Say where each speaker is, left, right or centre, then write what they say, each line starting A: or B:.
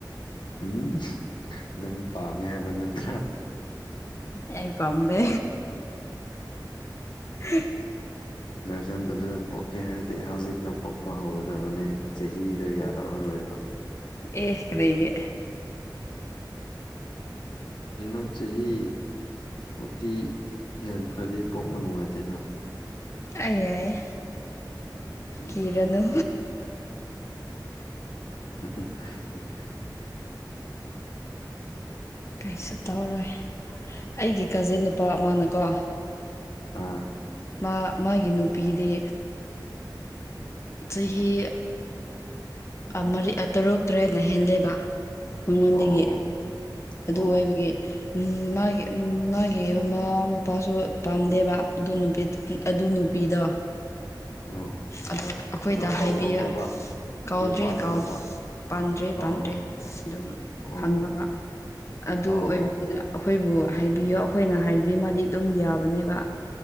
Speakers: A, on the left; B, on the left.
A: ꯎꯝ ꯅꯪ ꯄꯥꯝꯃꯦ ꯍꯥꯏꯕ ꯅꯠꯇ꯭ꯔ
B: ꯑꯩ ꯄꯝꯗ ꯍ
A: ꯔꯖꯟ ꯇꯔꯖꯟ ꯄꯣꯛꯀꯦ ꯍꯥꯏꯔꯗꯤ ꯍꯧꯖꯤꯛꯅ ꯄꯣꯛꯄ ꯍꯧꯒꯗꯕꯅꯦ ꯆꯍꯤ ꯗꯣ ꯌꯥꯔꯛꯑꯔꯣꯏꯕ
B: ꯑꯦ ꯀꯔꯤꯒ
A: ꯀꯩꯅꯣ ꯆꯍꯤ ꯐꯣꯔꯇꯤ ꯍꯦꯟꯈ꯭ꯔꯗꯤ ꯄꯣꯛꯄ ꯅꯨꯡꯉꯥꯏꯇꯦꯅ
B: ꯑꯏ
A: ꯎꯝ
B: ꯀꯤꯔꯅꯨ
A: ꯑ
B: ꯀꯩꯁꯨ ꯇꯧꯔꯣꯏ ꯑꯩꯒꯤ ꯀꯥꯖꯤꯟ ꯅꯨꯄꯥ ꯑꯃꯅꯀꯣ
A: ꯑꯥ
B: ꯃꯥ ꯃꯥꯒꯤ ꯅꯨꯄꯤꯗꯤ ꯆꯍꯤ ꯃꯔꯤ ꯇꯔꯨꯛ ꯇꯔꯦꯠꯅ ꯍꯦꯜꯂꯦꯕ ꯃꯉꯣꯟꯗꯒꯤ
A: ꯑꯣ ꯑꯣ
B: ꯑꯗꯨ
A: ꯑꯣ
B: ꯑꯣꯏꯕꯒꯤ ꯎꯝ ꯃꯥꯒꯤ ꯃꯥꯒꯤ ꯃꯃꯥ ꯃꯄꯥꯁꯨ ꯄꯥꯝꯗꯦꯕ ꯑꯗꯨ ꯅꯨꯄꯤ ꯑꯗꯨ ꯅꯨꯄꯤꯗꯣ
A: ꯑꯣ
B: ꯑꯣ ꯑꯩꯈꯣꯏꯗ
A: ꯑꯗꯣ ꯀꯧꯔꯕꯕ
B: ꯍꯥꯏꯕꯤꯌꯨ ꯀꯥꯎꯗ꯭ꯔꯦ
A: ꯌꯨꯝ ꯄꯥꯜꯂꯕꯕ
B: ꯄꯥꯟꯗ꯭ꯔꯦ
A: ꯑꯣ
B: ꯄꯥꯟꯗ꯭ꯔꯦ ꯑꯗꯨꯝ
A: ꯑꯣ
B: ꯈꯪꯅꯕ ꯑꯗꯨ
A: ꯑꯣ
B: ꯑꯣꯏꯕꯅꯤꯗ ꯑꯩꯈꯣꯏꯕꯨ ꯍꯥꯏꯕꯤꯌꯣ ꯑꯩꯈꯣꯏꯅ ꯍꯥꯏꯔꯗꯤ ꯃꯥꯗꯤ ꯑꯗꯨꯝ ꯌꯥꯕꯅꯦꯕ